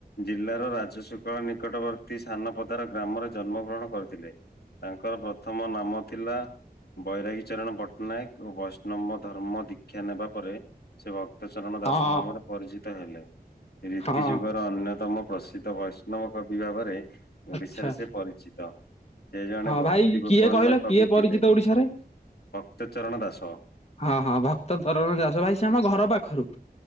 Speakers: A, on the left; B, on the left.
A: ଜିଲ୍ଲାର ରାଜଶୁକ୍ଳ ନିକଟବର୍ତ୍ତୀ ସାନପଦାର ଗ୍ରାମରେ ଜନ୍ମଗ୍ରହଣ କରିଥିଲେ। ତାଙ୍କର ପ୍ରଥମ ନାଁମ ଥିଲା ବୈରାଗୀ ଚରଣ ପଟ୍ଟ ନାୟକ ଓ ବୈଷ୍ଣବ ଧର୍ମ ଦୀକ୍ଷା ନେବା ପରେ ସେ ଭକ୍ତ ଚରଣ ଦାସ
B: ହଁ
A: ନାମରେ ପରିଚିତ ହେଲେ ରୀତି
B: ହଁ
A: ଯୁଗର ଅନ୍ୟତମ ପ୍ରସିଦ୍ଧ ବୈଷ୍ଣବ କବି ଭାବରେ।
B: ଆଚ୍ଛା
A: ଓଡିଶାରେ ସେ ପରିଚିତ ସେ ଜଣେ
B: ହଁ
A: ଭକ୍ତି
B: ଭାଇ
A: ବିପନ୍ନ
B: କିଏ କହିଲ
A: କବି
B: କିଏ
A: ଥିଲେ।
B: ପରିଚିତ ଓଡିଶାରେ?
A: ଭକ୍ତ ଚରଣଦାସ।
B: ହଁ ହଁ ଭକ୍ତ ଚରଣ ଦାସ ଭାଇ ସେ ଆମ ଘର ପାଖରୁ।